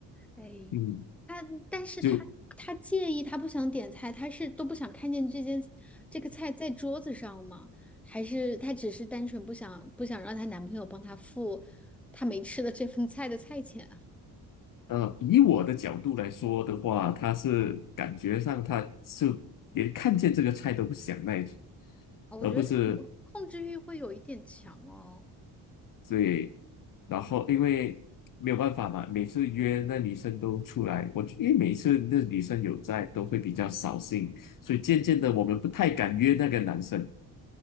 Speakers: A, in the centre; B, on the left.
A: 哎，
B: 嗯，
A: 他，但是他他介意，
B: 就
A: 他不想点菜，他是都不想看见这件这个菜在桌子上吗？还是他只是单纯不想不想让她男朋友帮她付她没吃的这份菜的菜钱啊？
B: 呃，以我的角度来说的话，他是感觉上他是连看见这个菜都不想那一种。
A: 哦，我觉得可能控制欲会有一点强哦。
B: 而不是对，然后因为没有办法嘛，每次约那女生都出来，我因为每次那女生有在，都会比较扫兴，所以渐渐的我们不太敢约那个男生。